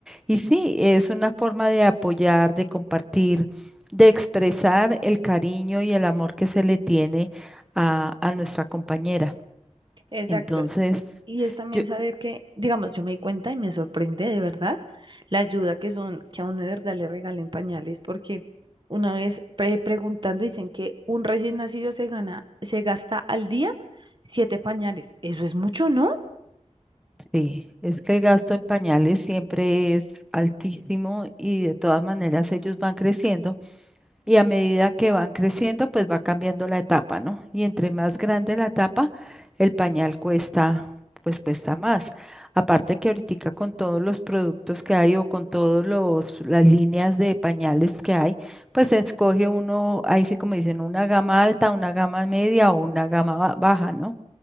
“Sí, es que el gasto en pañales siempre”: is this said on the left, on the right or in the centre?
Centre